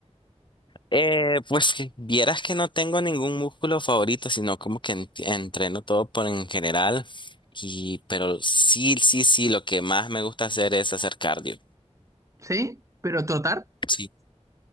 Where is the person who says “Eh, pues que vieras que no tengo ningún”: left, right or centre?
Left